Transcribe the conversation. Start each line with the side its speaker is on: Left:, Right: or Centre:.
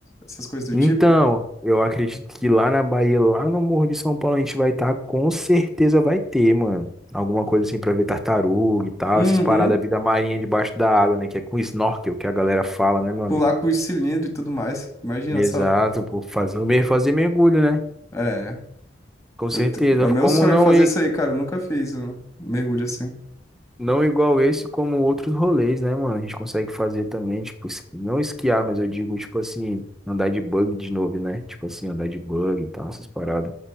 Left: Essas coisas do tipo?
Centre: Então, eu acredito que lá na Bahia, lá no Morro de São Paulo, a gente vai estar, com certeza vai ter, mano. Alguma coisa assim pra ver tartaruga e tal,
Left: Uhum.
Centre: essas paradas, da vida marinha debaixo da água, né? Que é com snorkel que a galera fala, né, meu amigo?
Left: Pular com os cilindros e tudo mais. Imagina
Centre: Exato,
Left: só.
Centre: pô, fazer, mer- fazer mergulho, né?
Left: É.
Centre: Com certeza.
Left: Eu, te- é meu
Centre: Como
Left: sonho
Centre: não,
Left: fazer isso aí, cara. Eu nunca fiz um mergulho assim.
Centre: Não igual esse, como outros rolês, né, mano? A gente consegue fazer também, tipo, es- não esquiar, mas eu digo, tipo assim, andar de bug de novo, né? Tipo assim, andar de bug e tal, essas paradas.